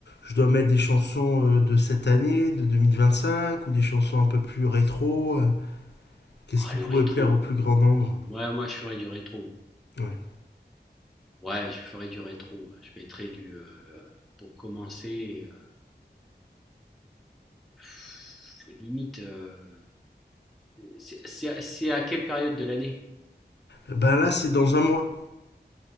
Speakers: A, on the left; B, in the centre.
A: je dois mettre des chansons euh, de cette année, de 2025 ou des chansons un peu plus rétro? euh Qu'est-ce
B: Ah,
A: qui
B: le
A: pourrait
B: rétro.
A: plaire au plus grand nombre
B: Ouais, moi, je ferais du rétro.
A: Ouais.
B: Ouais, je ferais du rétro. ouais. Je mettrais du. euh, pour commencer, euh, pff, limite. euh, c'est, c'est- c'est à quelle période de l'année?
A: Eh Ben là, c'est dans un mois.